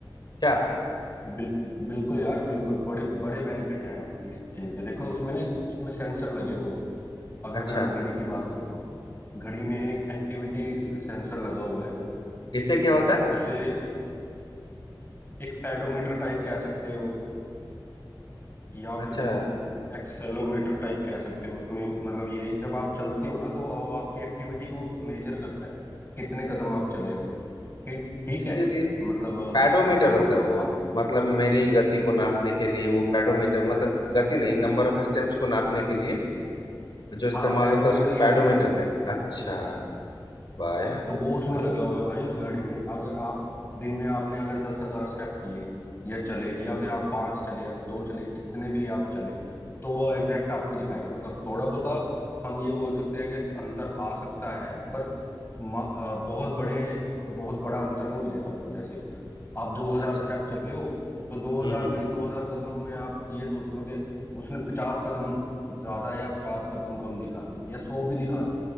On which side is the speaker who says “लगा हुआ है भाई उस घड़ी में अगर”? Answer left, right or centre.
Left